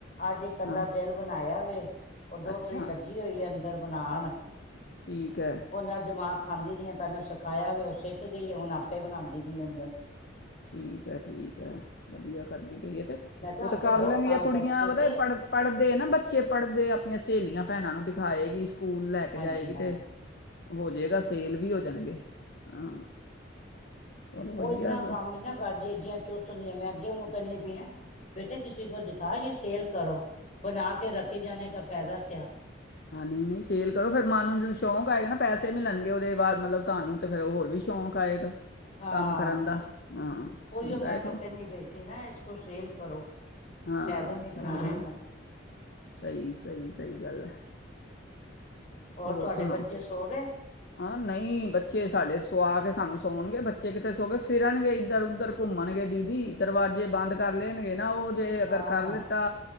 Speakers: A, on the left; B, on the left.
A: ਅੱਜ ਇੱਕ ਅੱਧਾ
B: ਹਾਂ
A: ਦਿਲ ਬਣਾਇਆ ਵਵੇ ਉਹ ਦੋ
B: ਅੱਛਾ
A: ਤਰੀ ਲੱਗੀ ਹੋਈ ਹੈ ਅੰਦਰ ਬਣਾਉਣ
B: ਠੀਕ ਹੈ
A: ਉਹਨਾਂ ਦਿਮਾਗ ਖਾਂਦੀ ਨੀ ਆ ਪਹਿਲਾਂ ਸਿਖਾਇਆ ਵੀ ਉਹ ਸਿੱਖ ਗਈ ਆ ਹੁਣ ਆਪੇ ਬਣਾਉਂਦੀ ਪਈ ਅੰਦਰ
B: ਠੀਕ ਹੈ, ਠੀਕ ਹੈ ਵਧੀਆ ਕਰਦੀ ਪਏ ਤੇ
A: ਮੈਂ ਕਿਹਾ
B: ਉਹ ਤਾਂ
A: ਹਮ
B: ਕਰ
A: ਬਹੁਤ
B: ਲੈਂਦੀ
A: ਕੰਮ
B: ਆ ਕੁੜੀਆਂ
A: ਕਰਤੇ
B: ਉਹ
A: ਥੇ
B: ਪੜ੍ਹ ਪੜ੍ਹਦੇ ਨਾ ਬੱਚੇ ਪੜ੍ਹਦੇ ਆਪਣੀਆਂ ਸਹੇਲੀਆਂ
A: ਹਾਂ
B: ਭੈਣਾਂ ਨੂੰ ਦਿਖਾਏਗੀ ਸਕੂਲ ਲੈ ਕੇ
A: ਹਾਂਜੀ
B: ਜਾਏਗੀ
A: ਹਾਂਜੀ
B: ਤੇ ਹੋ
A: ਹਾਂ
B: ਜਾਏਗਾ ਸੇਲ ਵੀ ਹੋ <unintelligible> ਹਾਂ। ਚਲੋ ਵਧੀਆ
A: ਉਹ ਇੰਨਾ ਕੰਮ ਨੀ ਨਾ ਕਰਦੀ ਇਏਡੀਆਂ ਚੁਸਤ ਨ ਹੈ ਮੈਂ ਅੱਗੇ ਉਹਨੂੰ ਕਹਿੰਦੀ ਪਈ ਹਾਂ ਬੇਟੇ ਕਿਸੇ ਕੋਲ ਦਿਖਾ ਯੇ ਸੇਲ ਕਰੋ ਬਣਾ ਕੇ ਰੱਖੇ ਜਾਣੇ ਕਾ ਫ਼ਾਇਦਾ ਕਿਆ
B: ਹਾਂ ਨਹੀਂ ਨਹੀਂ ਸੇਲ ਕਰੋ ਫਿਰ ਮਨ ਨੂੰ ਜਦੋਂ ਸ਼ੌਂਕ ਆਏਗਾ ਨਾ ਪੈਸੇ ਮਿਲਣਗੇ ਉਹਦੇ ਬਾਅਦ ਮਤਲਬ ਤੁਹਾਨੂੰ ਤਾਂ ਫਿਰ ਹੋਰ ਵੀ ਸ਼ੌਂਕ ਆਏਗਾ।
A: ਹਾਂ
B: ਕੰਮ ਕਰਨ ਦਾ ਹਾਂ
A: ਉਹੀਓ
B: ਹੁੰਦਾ
A: ਮੈਂਨੂੰ
B: ਹੈ ਥੋੜ੍ਹਾ
A: ਕਹਿੰਨੀ ਪਈ ਸੀ ਨਾ ਇਸ ਕੋਲ ਸੇਲ ਕਰੋ।
B: ਹਾਂ
A: ਕੈਦੋ ਨੀ
B: ਠੀਕ
A: ਬਣਾਣੇ
B: ਸਹੀ, ਸਹੀ, ਸਹੀ। ਗੱਲ ਹੈ। ਹੋਰ
A: ਤੁਹਾਡੇ
B: ਸੁਣਾ
A: ਬੱਚੇ ਸੋ ਗਏ
B: ਹ ਨਹੀਂ ਬੱਚੇ ਸਾਡੇ ਸੁਆਗ ਕੇ ਸਾਨੂੰ ਸੌਣਗੇ ਬੱਚੇ ਕਿੱਥੇ ਸੋ ਗਏ ਫਿਰਨਗੇ ਇੱਧਰ ਉੱਧਰ ਘੁੰਮਣਗੇ ਦੀਦੀ ਦਰਵਾਜ਼ੇ ਬੰਦ ਕਰ ਲੈਣਗੇ ਨਾ ਉਹ ਜੇ ਅਗਰ
A: ਹਾਂ
B: ਕਰ ਲਿੱਤਾ।